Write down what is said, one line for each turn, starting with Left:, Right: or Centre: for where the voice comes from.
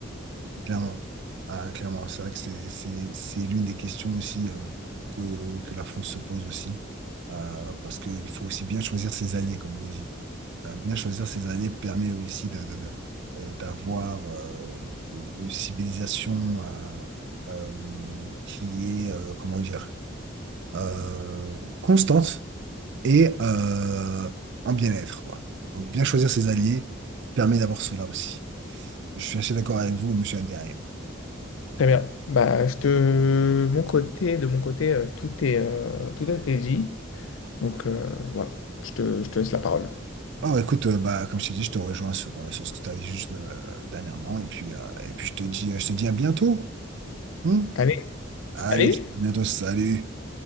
Right: Clairement. Ah, clairement, c'est vrai que c'est, c'est, c'est l'une des questions aussi euh, que, que la France se pose aussi. Euh, parce qu'il faut aussi bien choisir ses alliés, comme on dit. Euh, bien choisir ses alliés permet aussi de, de- de- euh, d'avoir euh, une civilisation euh, euh, qui est, euh, comment dire, euh, constante et euh, en bien-être, quoi. Donc, bien choisir ses alliés permet d'avoir cela aussi. Je suis assez d'accord avec vous, monsieur Abderrahim.
Left: Très bien. Bah, je te... mon côté, de mon côté, euh, tout est, euh, tout a été dit. Donc euh, voilà, je te, je te laisse la parole.
Right: Ah, écoute, euh, bah, comme je t'ai dit, je te rejoins sur, euh, sur ce que tu as dit juste euh, dernièrement. Et puis, euh, et puis je te dis, euh, je te dis à bientôt. hein.
Left: Allez,
Right: Allez,
Left: allez.
Right: à bientôt, salut.